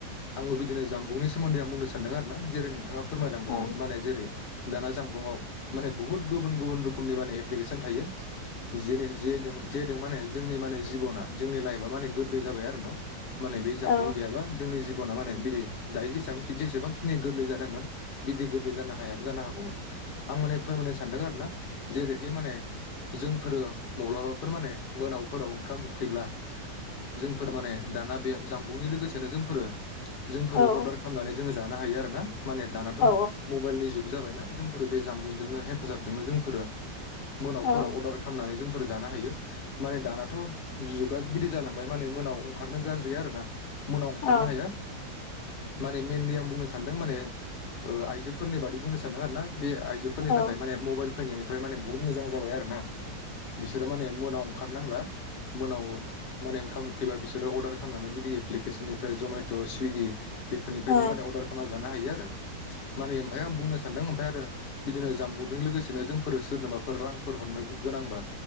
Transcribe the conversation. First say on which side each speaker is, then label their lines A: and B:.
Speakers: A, on the left (about 40°); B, on the left (about 70°).
A: आंबो बिदिनो जाम्बुंनि सोमोन्दै आं बुंनो सानदों आरो ना जेरै नोंथांङा फोरमायलांदोंमोन
B: औ
A: माने जेरै दाना जानबुंङाव माने बुहुत गुबुन गुबुन रोखोमनि माने एप्लिकेसन थायो जेरै जेजों जेदों माने जोंनि माने जिबना जोंनि लाइफआ माने गोरलै जाबाय आरो न' माने बे जानबुं
B: औ
A: गैयाबा जोंनि जि बना‌ माने बिदि दायो जेसेबां जेसेबांखिनि गोरलै जादोंमोन बिदि गोरलै जानो हायाबो जानो हागौमोन आं माने फोरमायनो सानदों आरोना जेरैहाय माने जोंफोर मब्लाबाफोर माने मोनाव फोराव ओंखाम उखैब्ला जोंफोर माने दाना बे जामबुंनि लोगोसेनो जोंफोरो जोंफोरो
B: औ
A: अर्डार खालामनानै जोंङो जानो हायो आरो ना माने दानाथ'
B: औ
A: मबाइल नि जुग जाबायना जोंफोरो बे जामबुंजोंनो हेफाजाबजोंनो जोंफोरो मोनावफोराव
B: औ
A: अर्डार खामनानै जों फोर जानो हायो माने थ' जुग गा बिदि जालांबाय माने मोनाव अंखारनो गाज्रि आरो ना। मोनाव ओंखारनो
B: औ
A: हाया। माने मेनलि आं बुंनो सानदों माने आइजोफोरनि ओ बादै बुंनो सानदों आरो ना। बे आइजोफोरनि
B: औ
A: थाखाय माने मबाइल फैनायनिफ्राय माने बुहुत मोजां जाबाय आरो ना। बिसोरो माने मोनाव अंखार नांला मोनाव माने ओंखाम उखैबा बिसोरो अर्डार खालामनानै बिदि एप्लिकेसननिफ्राय जमेट' सुइगि बेफोरनिफ्रायनो
B: औ
A: माने अर्दार खालामना जानो हायो आ माने ओमफाय आं बुंनो सानदों ओमफ्राय आरो बिदिनो जामबुंजों लोगोसेनो जों फोर सोरनोबाफोर रांफोर हरनो गोनांबा